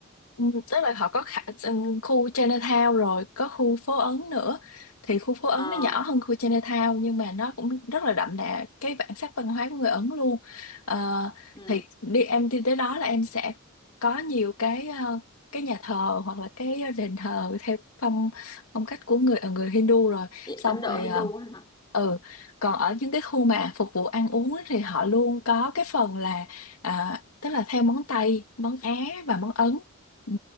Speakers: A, on the left; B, on the left.
A: Ừ, tức là họ có khả, ừm, khu Chinatown rồi có khu phố Ấn nữa thì khu phố Ấn
B: ờ
A: nó nhỏ hơn khu Chinatown nhưng mà nó cũng rất là đậm đà cái bản sắc văn hóa của người Ấn luôn Ờ,
B: ừ.
A: thì đi em đi tới đó là em sẽ có nhiều cái ờ, cái nhà thờ hoặc là cái đền thờ theo phong phong cách của người ờ, người Hindu rồi xong
B: Ấn
A: rồi
B: Độ Hindu
A: ờ,
B: á hả
A: ừ còn ở những cái khu mà phục vụ ăn uống á thì họ luôn có cái phần là à, tức là theo món Tây món Á và món Ấn ừ.